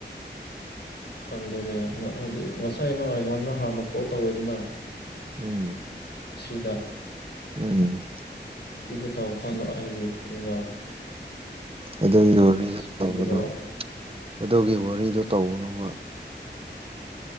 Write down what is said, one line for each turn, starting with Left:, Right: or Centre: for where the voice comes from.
Left: ꯈꯪꯗꯣꯏꯅꯦ ꯍꯧꯖꯤꯛ ꯉꯁꯥꯏ ꯑꯩꯅ ꯑꯩꯉꯣꯟꯗ ꯍꯥꯟꯅ ꯀꯣꯜ ꯇꯧꯋꯦꯗꯅ
Right: ꯎꯝ
Left: ꯑꯁꯤꯗ
Right: ꯎꯝ
Left: ꯁꯤꯗ ꯇꯧꯔꯀꯥꯟꯗ ꯑꯩꯒꯤ ꯀ꯭ꯔꯦꯔꯥ
Right: ꯑꯗꯨꯒꯤ ꯋꯥꯔꯤꯁꯨ
Left: ꯄꯤꯕꯗꯣ
Right: ꯇꯧꯕꯅ ꯑꯗꯨꯒꯤ ꯋꯥꯔꯤꯗ ꯇꯧꯕꯅꯕ